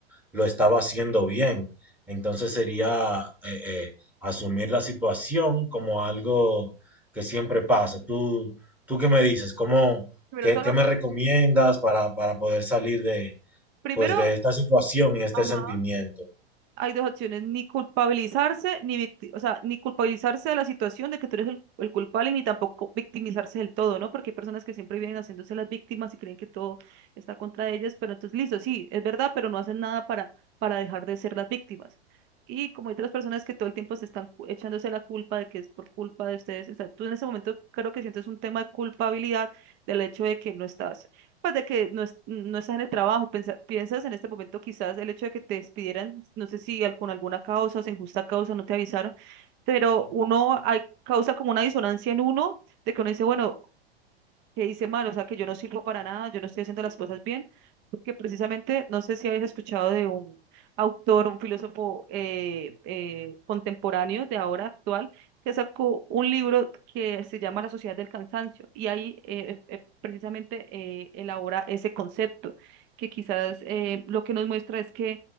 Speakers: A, in the centre; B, on the right (about 35°).
A: lo estaba haciendo bien. Entonces sería eh, eh, asumir la situación como algo que siempre pasa. ¿Tú, tú qué me dices? ¿Cómo,
B: Primero
A: qué,
B: todo
A: qué
B: lo
A: me
B: con...
A: recomiendas para, para poder salir de,
B: Primero,
A: pues, de esta situación y este
B: ajá,
A: sentimiento?
B: hay dos opciones, ni culpabilizarse, ni victi- o sea, ni culpabilizarse de la situación de que tú eres el, el culpable, ni tampoco victimizarse del todo, ¿no? Porque hay personas que siempre vienen haciéndose las víctimas y creen que todo está contra ellas, pero entonces, listo, sí, es verdad, pero no hacen nada para, para dejar de ser las víctimas. Y como hay otras personas que todo el tiempo se están cu- echándose la culpa de que es por culpa de ustedes, o sea, tú en ese momento creo que sientes un tema de culpabilidad del hecho de que no estás pues de que no, es- no estás en el trabajo, pensa- piensas en este momento quizás el hecho de que te despidieran, no sé si al- con alguna causa, o sin justa causa, no te avisaron, pero uno hay, causa como una disonancia en uno, de que uno dice, bueno, que hice mal, o sea, que yo no sirvo para nada, yo no estoy haciendo las cosas bien, porque precisamente, no sé si habéis escuchado de un autor, un filósofo eh, eh, contemporáneo de ahora actual, que sacó un libro que se llama La Sociedad del Cansancio, y ahí eh, eh, precisamente eh, elabora ese concepto, que quizás eh, lo que nos muestra es que